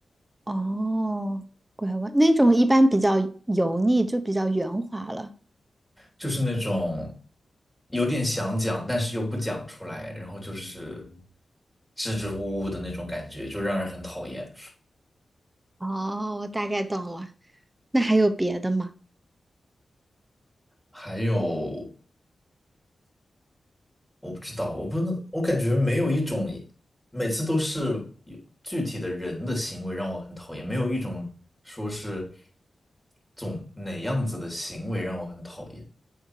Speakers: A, on the right (about 20°); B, in the centre.
A: 哦，拐弯那种一般比较油腻，就比较圆滑了。
B: 就是那种有点想讲，但是又不讲出来，然后就是支支吾吾的那种感觉，就让人很讨厌。
A: 哦，我大概懂了。那还有别的吗？
B: 还有，我不知道，我不能，我感觉没有一种，每次都是有具体的人的行为让我很讨厌，没有一种说是总哪样子的行为让我很讨厌，